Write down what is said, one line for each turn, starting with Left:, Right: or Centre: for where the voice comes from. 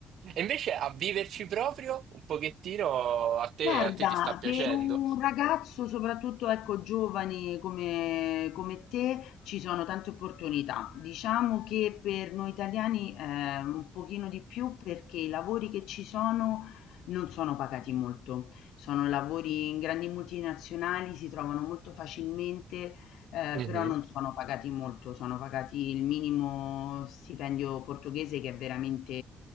Right: E invece a viverci proprio un pochettino, a te,
Left: Guarda,
Right: a te ti sta piacendo?
Left: per un ragazzo, soprattutto ecco, giovane come, come te, ci sono tante opportunità. Diciamo che per noi italiani eh, un pochino di più perché i lavori che ci sono non sono pagati molto. Sono lavori in grandi multinazionali, si trovano molto facilmente, eh,
Right: Mhm.
Left: però non sono pagati molto. Sono pagati il minimo stipendio portoghese che è veramente